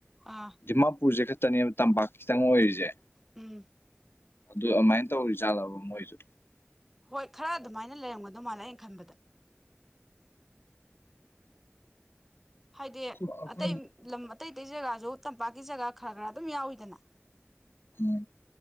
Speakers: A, in the centre; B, on the left (about 60°).
A: ꯑꯥ
B: ꯗꯤꯃꯥꯄꯨꯔꯁꯦ ꯈꯛꯇꯅꯦꯕ ꯇꯝꯄꯥꯛ ꯈꯤꯇꯪ ꯑꯣꯏꯔꯤꯁꯦ
A: ꯎꯝ
B: ꯑꯗꯨꯏ ꯑꯝꯃꯥꯏꯅ ꯇꯧꯔꯤ ꯆꯥꯠꯂꯕ ꯃꯣꯏꯁꯨ
A: ꯍꯣꯏ ꯈꯔ ꯑꯗꯨꯃꯥꯏꯅ ꯂꯩꯔꯝꯒꯗꯧ ꯃꯥꯜꯂꯦ ꯑꯩꯅ ꯈꯟꯕꯗ ꯍꯥꯏꯗꯤ
B: ꯑꯗꯨꯝ ꯑꯩꯈꯣꯏ
A: ꯑꯇꯩ ꯂꯝ ꯑꯇꯩ ꯑꯇꯩ ꯖꯒꯥꯁꯨ ꯇꯝꯄꯥꯛꯀꯤ ꯖꯒꯥ ꯈꯔ ꯈꯔ ꯑꯗꯨꯝ ꯌꯥꯎꯋꯤꯗꯅ
B: ꯎꯝ